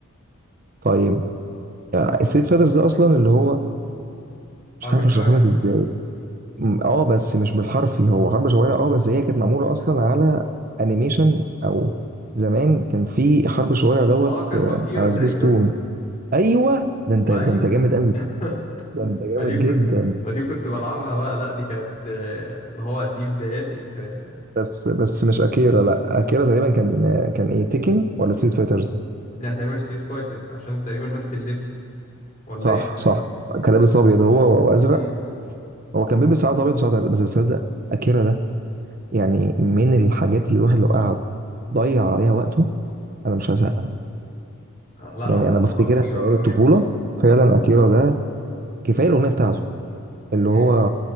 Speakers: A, on the right; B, on the left.
A: طيب ستريت فايترز ده اصلا اللي هو مش
B: حرب
A: عارف
B: الشوارع
A: اشرحه لك ازاي م، اه بس مش بالحرفي هو حرب شوارع اه بس هي كانت معموله اصلا على انيميشن او زمان كان في حرب شوارع دوت
B: اه كان
A: آه،
B: اكيرا
A: على
B: تقريبا
A: سبيستون ايوه ده انت
B: ايوه
A: ده انت جامد قوي
B: <laughs>
A: ده انت جامد
B: فدي كنت
A: جدا
B: فدي كنت بلعبها بقى لا دي كانت آه، اللي هو دي بداياتي في
A: بس بس مش اكيرا لا اكيرا تقريبا كان آه، كان ايه تيكن ولا ستريت فايترز
B: يعني تقريبا ستريت فايترز عشان تقريبا نفس اللبس ولا
A: صح
B: ايه
A: صح كان لابس ابيض هو وازرق
B: امم
A: هو كان بيلبس ساعات ابيض وساعات أزرق. بس تصدق اكيرا ده يعني من الحاجات اللي الواحد لو قعد ضيع عليها وقته انا مش هزهق
B: آه، لا
A: يعني
B: هو الصراحة
A: انا بفتكرها
B: كتيرة
A: من ايام
B: جامد
A: الطفوله
B: الصراحة
A: فعلا اكيرا ده كفايه الاغنيه بتاعته اللي هو
B: امم